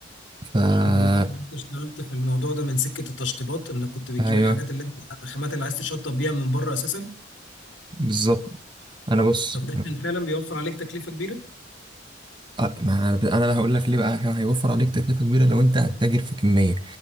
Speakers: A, on the right; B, on the left.
A: فا
B: انت قصدك ان انت اشتغلت في الموضوع ده من سكه التشطيبات انك كنت بتجيب
A: ايوه
B: الحاجات اللي انت الخامات اللي عايز تشطب بيها من بره اساسا
A: بالظبط انا بص
B: طب ده كان فعلا بيوفر عليك تكلفه كبيره
A: أ- ما انا بقى هقول لك ليه بقى هي- هيوفر عليك تكلفه كبيره لو انت هتتاجر في كميه